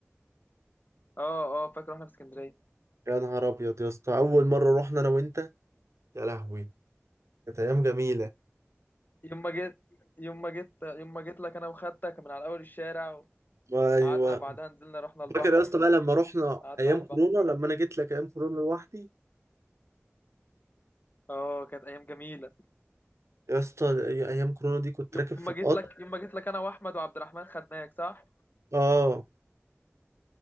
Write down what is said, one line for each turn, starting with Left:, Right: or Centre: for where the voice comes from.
Left: اه اه فاكر واحنا في اسكندريه
Right: يا نهار ابيض يا اسطى اول مره رحنا انا وانت يا لهوي كانت ايام جميله
Left: يوم ما جيت يوم ما جيت يوم ما جيت لك انا وخدتك من على اول الشارع
Right: ايوه
Left: وقعدنا بعدها نزلنا رحنا البحر
Right: فاكر يا اسطى بقى لما رحنا
Left: قعدنا
Right: ايام
Left: على البحر
Right: كورونا لما انا جيت لك ايام كورونا لوحدي
Left: اه كانت ايام جميله
Right: يا اسطى ايام كورونا دي كنت
Left: يوم
Right: راكب في
Left: ما
Right: القطر
Left: جيت لك يوم ما جيت لك انا واحمد وعبد الرحمن خدناك صح
Right: اه